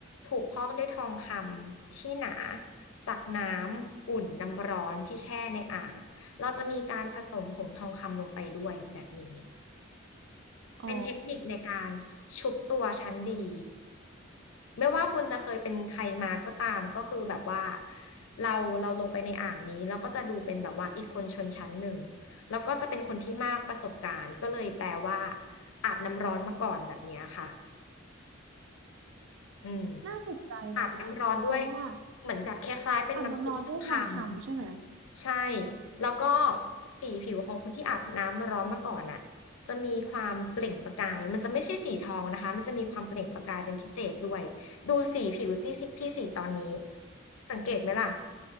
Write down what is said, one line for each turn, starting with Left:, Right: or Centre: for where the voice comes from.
Left: ถูกพอกด้วยทองคำที่หนาจากน้ำอุ่นน้ำร้อนที่แช่ในอ่างเราจะมีการผสมผงทองคำลงไปด้วยแบบนี้
Right: อ๋อ
Left: เป็นเทคนิคในการชุบตัวชั้นดีไม่ว่าคุณจะเคยเป็นใครมาก็ตามก็คือแบบว่าเราเราลงไปในอ่างนี้เราก็จะดูเป็นแบบว่าอีกคนชนชั้นหนึ่งแล้วก็จะเป็นคนที่มากประสบการณ์ก็เลยแปลว่าอาบน้ำร้อนมาก่อนแบบเนี้ยค่ะอืม
Right: น่าสนใจนะคะเพราะว่า
Left: อาบน้ำร้อนด้วยเหมือนแบบคล้ายๆเป็นน้ำซุปทองค
Right: อาจมันร้อนด้วยทองคำใช่ไหม
Left: ำใช่แล้วก็สีผิวของคนที่อาบน้ำร้อนมาก่อนอ่ะจะมีความเปล่งประกายมันจะไม่ใช่สีทองนะคะมันจะมีความเปล่งประกายเป็นพิเศษด้วยดูสีผิวสิพี่สีตอนนี้สังเกตไหมล่ะ